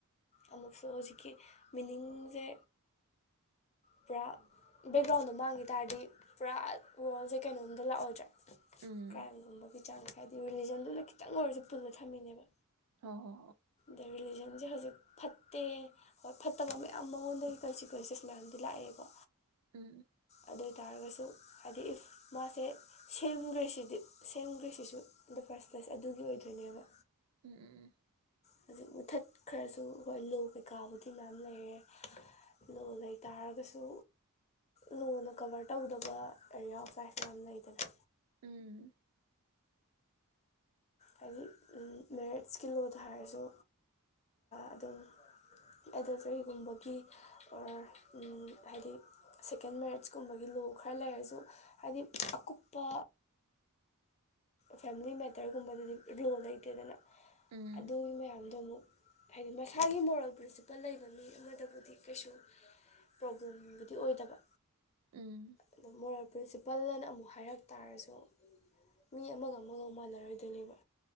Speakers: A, on the left; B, on the right.
A: ꯑꯃꯨꯛꯁꯨ ꯍꯧꯖꯤꯛꯀꯤ ꯃꯤꯅꯤꯡꯁꯦ ꯄꯨꯔꯥ ꯕꯦꯛꯒ꯭ꯔꯥꯎꯟꯗꯣ ꯃꯥꯡꯈꯤ ꯇꯥꯔꯗꯤ ꯄꯨꯔꯥ ꯋꯥꯔꯜꯁꯦ ꯀꯩꯅꯣꯝꯗ ꯂꯥꯛꯑꯣꯏꯗ꯭ꯔꯦ
B: ꯎꯝ
A: ꯀ꯭ꯔꯥꯏꯝꯒꯨꯝꯕꯒꯤ ꯆꯥꯡ ꯍꯥꯏꯗꯤ ꯔꯤꯂꯤꯖꯟꯗꯨꯅ ꯈꯤꯇꯪ ꯑꯣꯏꯔꯁꯨ ꯄꯨꯜꯂ ꯊꯝꯃꯤꯅꯦꯕ
B: ꯍꯣꯍꯣꯍꯣ
A: ꯑꯗ ꯔꯤꯂꯤꯖꯟꯁꯦ ꯍꯧꯖꯤꯛ ꯐꯠꯇꯦ ꯍꯣꯏ ꯐꯠꯇꯕ ꯃꯌꯥꯝ ꯃꯉꯣꯟꯗꯒꯤ ꯀꯟꯁꯤꯀ꯭ꯋꯦꯟꯁꯦꯁ ꯃꯌꯥꯝꯁꯦ ꯂꯥꯛꯑꯦꯕ
B: ꯎꯝ
A: ꯑꯗꯨ ꯑꯣꯏꯇꯥꯔꯒꯁꯨ ꯍꯥꯏꯗꯤ ꯏꯐ ꯃꯥꯁꯦ ꯁꯦꯝꯈ꯭ꯔꯦ ꯁꯤꯗꯤ ꯁꯦꯝꯈ꯭ꯔꯦꯁꯤꯁꯨ ꯑꯗꯣ ꯐꯥꯔꯁ ꯄ꯭ꯂꯁ ꯑꯗꯨꯒꯤ ꯑꯣꯏꯗꯣꯏꯅꯦꯕ
B: ꯎꯝ
A: ꯍꯧꯖꯤꯛ ꯃꯦꯊꯠ ꯈꯔꯁꯨ ꯍꯣꯏ ꯂꯣ ꯀꯩꯀꯥꯕꯨꯗꯤ ꯃꯌꯥꯝ ꯂꯩꯔꯦ ꯂꯣ ꯂꯩ ꯇꯥꯔꯒꯁꯨ ꯂꯣꯅ ꯀꯕꯔ ꯇꯧꯗꯕ ꯑꯦꯔꯤꯌꯥ ꯑꯣꯐꯥꯏꯁ ꯃꯌꯥꯝ ꯂꯩꯗꯅ
B: ꯎꯝ
A: ꯍꯥꯏꯗꯤ ꯃꯦꯔꯤꯠꯁꯀꯤ ꯂꯣꯗ ꯍꯥꯏꯔꯁꯨ ꯑꯗꯨꯝ ꯑꯦꯗꯜꯇꯔꯤꯒꯨꯝꯕꯒꯤ ꯑꯣꯔ ꯍꯥꯏꯗꯤ ꯁꯦꯀꯦꯟ ꯃꯦꯔꯤꯠꯁꯀꯨꯝꯕꯒꯤ ꯂꯣ ꯈꯔ ꯂꯩꯔꯁꯨ ꯍꯥꯏꯗꯤ ꯑꯀꯨꯞꯄ ꯐꯦꯃꯤꯂꯤ ꯃꯦꯇꯔꯒꯨꯝꯕꯗꯗꯤ ꯂꯣ ꯂꯩꯇꯦꯗꯅ
B: ꯎꯝ
A: ꯑꯗꯨꯒꯤ ꯃꯌꯥꯝꯗꯣ ꯑꯃꯨꯛ ꯍꯥꯏꯗꯤ ꯃꯁꯥꯒꯤ ꯃꯣꯔꯦꯜ ꯄ꯭ꯔꯤꯟꯁꯤꯄꯜ ꯂꯩꯕ ꯃꯤ ꯑꯃꯗꯕꯨꯗꯤ ꯀꯩꯁꯨ ꯄ꯭ꯔꯣꯕ꯭ꯂꯦꯝꯕꯨꯗꯤ ꯑꯣꯏꯗꯕ
B: ꯎꯝ
A: ꯑꯗ ꯃꯣꯔꯦꯜ ꯄ꯭ꯔꯤꯟꯁꯤꯄꯜꯅ ꯑꯃꯨꯛ ꯍꯥꯏꯔꯛ ꯇꯥꯔꯁꯨ ꯃꯤ ꯑꯃꯒ ꯑꯃꯒ ꯃꯥꯟꯅꯔꯣꯏꯗꯣꯏꯅꯦꯕ